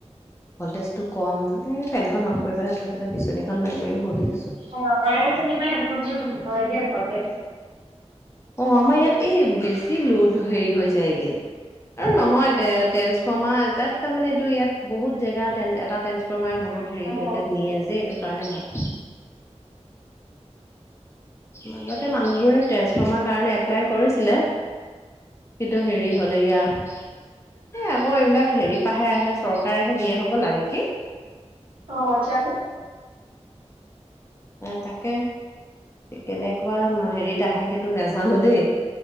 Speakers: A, on the left; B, on the right.
A: ভল্টেজটো কম এই ফেনখন অফ কৰি পেলাই থৈ পেলাই বিচনীখন মাৰি মাৰি বহি আছে।
B: অ ম চনেমা হেব বো নহয় যে ভাৰতে
A: অ আমাৰ ইয়াত এই বেছি লোড হেৰি হৈ যায়গে,। আৰু নহয়
B: অ'।
A: দে ট্ৰেন্সফৰ্মাৰ। তাত তাৰমানে এইটো ইয়াত বহুত জেগাত ট্ৰেন এটা ট্ৰেন্সফৰ্মাৰে বহুত হেৰিলৈকে
B: অ
A: নিয়ে যে এইটো কাৰণে হয়--্। মাজতে মানুহবোৰে ট্ৰেন্সফৰ্মাৰ কাৰণে এপ্লাই কৰিছিলে। ব্ৰ কিন্তু হেৰি হ'লে গে আ এ', আকৌ এইবিলাক হেৰি পাহে আহে চৰকাৰেহে দিয়ে হবলা নেকি?
B: অ', জানোঁ
A: এ', তাকে কেনেকুৱা হেৰিত আহে সেই নেজানো দেই